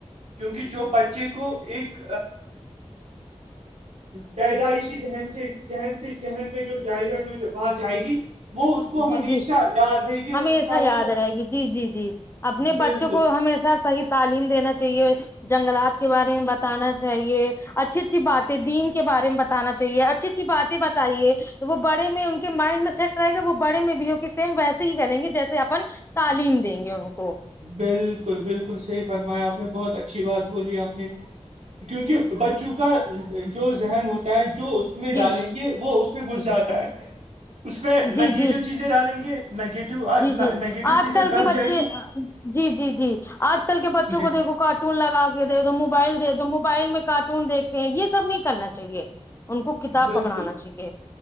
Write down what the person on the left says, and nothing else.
جی
جی
ہمیشہ
یاد
رہے گی جی جی جی اپنے
بچوں کو ہمیشہ صحیح تعلیم دینا چاہیے جنگلات کے بارے میں بتانا چاہیے اچھی اچھی باتیں دین کے بارے میں بتانا چاہیے اچھی ا ا باتیں بتائیے تو وہ بڑے میں ان کے مائنڈ میں سیٹ رہے گا وہ بڑے میں بھی ہو سم ویسے ہی کریں گے جیسے اپن تعلیم دیں گے ان کو
جی
جی جی
جی جی
آج
کل
کے بچے
جی جی جی آج کل کے بچوں
کو دیکھو کاٹ کارٹون لگا کے دے دو موبائل دے دو موبائل میں کارٹون دیکھتے ہیں یہ سب نہیں کرنا چاہیے ان کو کتاب
پکڑانا چاہیے